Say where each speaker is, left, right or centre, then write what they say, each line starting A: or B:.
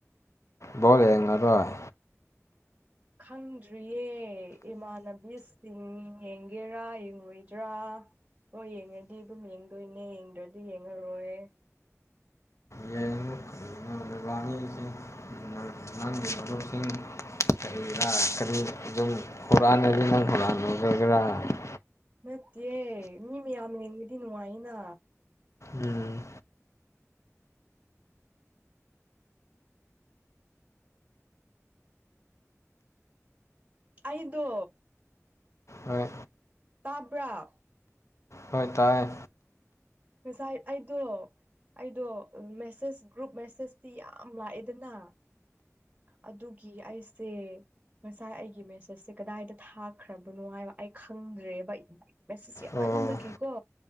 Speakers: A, on the left; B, on the right.
A: ꯕꯣꯜ ꯌꯦꯡꯉꯔꯣꯏ
B: ꯈꯪꯗ꯭ꯔꯤꯌꯦ ꯏꯃꯥꯟꯅꯕꯤꯁꯤꯡ ꯌꯦꯡꯒꯦꯔꯥ ꯌꯦꯡꯉꯣꯏꯗ꯭ꯔꯥ ꯃꯣꯏ ꯌꯦꯡꯉꯗꯤ ꯑꯗꯨꯝ ꯌꯦꯡꯗꯣꯏꯅꯦ ꯌꯦꯡꯗ꯭ꯔꯗꯤ ꯌꯦꯡꯉꯔꯣꯏ
A: ꯌꯦꯡꯉꯣꯏ <unintelligible> ꯎꯝ <unintelligible> <unintelligible>
B: ꯅꯠꯇꯦ ꯃꯤ ꯃꯌꯥꯝ ꯌꯦꯡꯕꯗꯤ ꯅꯨꯡꯉꯥꯏꯅ
A: ꯎꯝ
B: ꯑꯩꯗꯣ
A: ꯍꯣꯏ
B: ꯇꯥꯕ꯭ꯔꯥ
A: ꯍꯣꯏ ꯇꯥꯢ
B: ꯉꯁꯥꯏ ꯑꯩꯗꯣ ꯑꯩꯗꯣ ꯃꯦꯁꯦꯁ ꯒ꯭ꯔꯨꯞ ꯃꯦꯁꯦꯁꯇꯤ ꯌꯥꯝ ꯂꯥꯛꯢꯗꯅ ꯑꯗꯨꯒꯤ ꯑꯩꯁꯦ ꯉꯁꯥꯏ ꯑꯩꯒꯤ ꯃꯦꯁꯦꯁꯁꯦ ꯀꯗꯥꯏꯗ ꯊꯥꯈ꯭ꯔꯕꯅꯣ ꯍꯥꯏꯕ ꯑꯩ ꯈꯪꯗ꯭ꯔꯦꯕ ꯑꯩ ꯃꯦꯁꯦꯁ ꯌꯥꯝꯃꯟꯕꯒꯤꯀꯣ
A: ꯑꯣ